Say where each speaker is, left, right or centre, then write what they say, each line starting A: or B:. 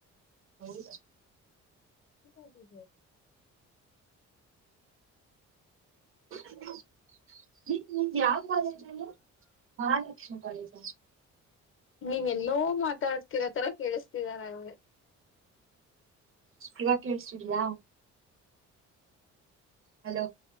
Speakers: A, on the right; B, on the left.
A: ಹೌದ
B: ಹೊ ಹೊ ಹೊ
A: <unintelligible> ಎ ನಿಂದ್ ಯಾವ್ ಕಾಲೇಜ್ ಹೇಳು ಮಹಾಲಕ್ಷ್ಮಿ ಕಾಲೇಜ
B: ನೀನ್ ಎಲ್ಲೋ ಮಾತಾಡ್ತಿರೋ ತರ ಕೇಳಿಸ್ತಿದೆ ನನ್ಗೆ.
A: ಇವಾಗ್ ಕೇಳ್ಸ್ತೀದ್ಯಾ ಹಲೋ